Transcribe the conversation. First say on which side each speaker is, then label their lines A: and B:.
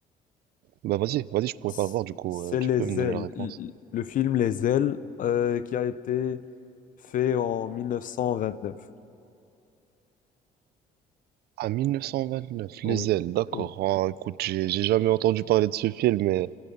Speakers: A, on the right (about 70°); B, on the left (about 50°).
A: Bah vas-y, vas-y, je pourrais
B: C-
A: pas voir du coup.
B: C'est
A: euh,
B: Les
A: tu peux me donner
B: Ailes.
A: la réponse.
B: L- Le film Les Ailes euh, qui a été fait en 1929.
A: À neuf cent vingt-neuf,
B: Oui.
A: Les Ailes, d'accord.
B: oui.
A: Ah, écoute, j'ai j'ai jamais entendu parler de ce film, mais